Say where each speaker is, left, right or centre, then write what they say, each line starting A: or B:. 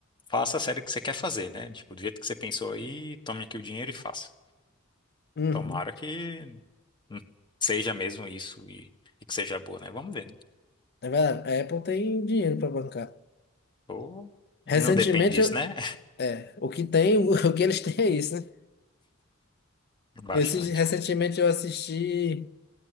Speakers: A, on the left; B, on the left.
A: faça a série que você quer fazer, né? Tipo, do jeito que você pensou aí, tome aqui o dinheiro e faça.
B: Uhum.
A: Tomara que hum, seja mesmo isso e, e que seja boa, né? Vamos ver, né?
B: É verdade. A Apple tem dinheiro para bancar.
A: Ou- E
B: Recentemente,
A: não depende disso,
B: eu,
A: né?
B: é, o que tem, <laughs> o que eles têm é isso, né?
A: <laughs> Bastante.
B: Eu assisti- recentemente eu assisti